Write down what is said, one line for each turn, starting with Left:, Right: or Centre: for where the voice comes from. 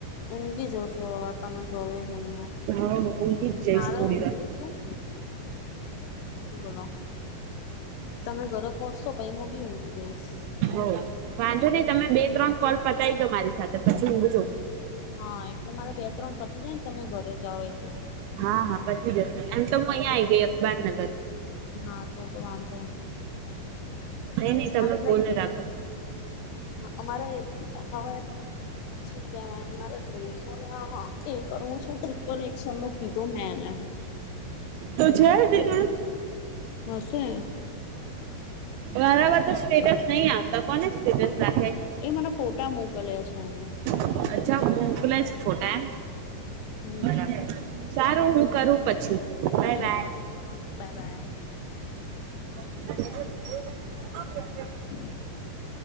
Left: ઊંઘી જો જો વા ત ઘરે જઈને.
Right: હા ઊંઘી જ જઈશ
Left: મારો
Right: થોડી
Left: ઊઘું
Right: વાર
Left: તું, હ બોલો. તમે ઘરે પહોચશો પાઈ મુ બી ઊઘી જઈશ.
Right: હો વાંધો નહી તમે બે ત્રણ કોલ પતાવી દો મારી સાથે પછી ઊંઘજો.
Left: હા એટલે મારે બે ત્રણ પછી જાય ને તમે ઘરે જાઓ એટલે.
Right: હા હા પચી જશે એમ તો હું અહિયાં આ આવી ગઈ અખબારનગર.
Left: હા તો તો વાંધ
Right: હ નઈ નહ
Left: અમારે
Right: તમે બોલે
Left: એને
Right: રાખો.
Left: અમારે હવે શું કેવાય મારે ડ્રેશોને એ કરવું છું ટ્રિપલ એકસલ નું કીધું મેં એને. <inaudible>
Right: તો
Left: હમ
Right: છે, દિને
Left: હશે
Right: બરાબર, તો સ્ટેટસ નહી. આવતા કોને સ્ટેટસ રા
Left: એ મને ફોટા મોકલ્યા છે એને
Right: છે અચ્છા હુ, મોકલે છે. ફોટા એમ
Left: હમ
Right: બરાબર સારુ હુ કરુ, પછી બાય
Left: એ
Right: બાય
Left: હા બાય બાય
Right: <inaudible>
Left: <inaudible>